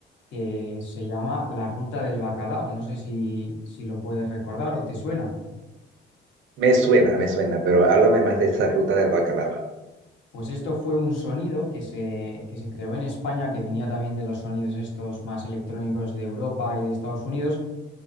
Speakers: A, on the left; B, on the right.
A: que se llama la Ruta del Bacalao. No sé si, si lo puedes recordar o te suena.
B: Me suena, me suena, pero háblame más de esa ruta del bacalao.
A: Pues esto fue un sonido que se, que se creó en España, que venía también de los sonidos estos más electrónicos de Europa y de Estados Unidos,